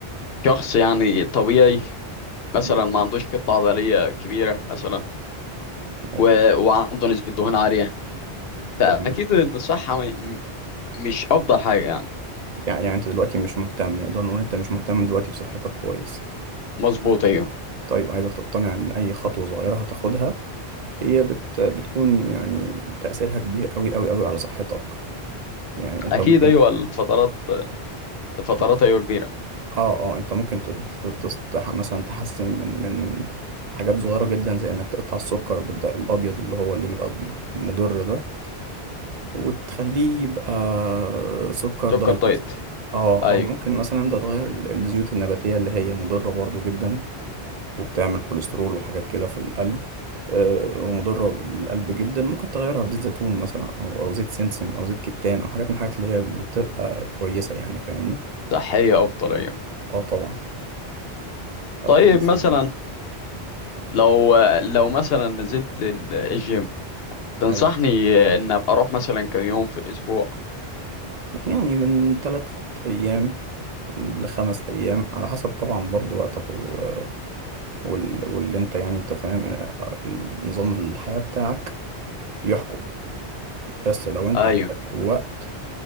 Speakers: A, on the left; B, on the right.
A: شخص يعني طبيعي مثلا
B: مم.
A: ما عندوش كتلة عضلية كبيرة مثلا
B: ايوه
A: و... وعنده نسبة دهون عالية فاكيد
B: تمام
A: ان الصحة م... م- مش افضل حاجة يعني
B: يعني يعني انت دلوقتي مش مهتم نقدر نقول انت مش مهتم دلوقتي بصحتك كويس
A: مظبوط ايوه
B: طيب عايزك تقتنع ان اي خطوه صغيره هتاخدها هي بت بتكون يعني تأثيرها كبير قوي قوي قوي على صحتك يعني انت
A: اكيد
B: ممكن
A: ايوه الفترات الفترات
B: اه
A: ايوه كبيره
B: اه آه، انت ممكن ت- ت- ت- تست... مثلا تحسن من من حاجات صغيرة جدا زي انك تقطع السكر بالدقيق الابيض اللي هو اللي بيبقى مضر ده وتخليه يبقى سكر
A: سكر
B: دايت
A: دايت
B: مثلا اه
A: ايوه
B: او ممكن مثلا انت تغير ال- الزيوت النباتية اللي هي مضرة برضو جدا وبتعمل كوليسترول وحاجات كده في القلب آه، ومضرة للقلب جدا ممكن تغيرها بزيت زيتون مثلا أو أو زيت سمسم أو زيت كتان أو حاجات من الحاجات اللي هي بتبقى كويسة يعني فاهمني
A: صحيه افضل ايوه
B: اه طبعا
A: طيب
B: خمس
A: مثلا
B: أيام.
A: لو لو مثلا نزلت ال- الجيم تنصحني
B: ايوه
A: ان ابقى اروح مثلا كم يوم في الاسبوع
B: يعني من ثلاث ايام لخمس ايام على حسب طبعا برضو وقتك و... وال... واللي انت يعني انت فاهم آه، نظام الحياة بتاعك بيحكم بس لو انت
A: ايوه
B: عندك وقت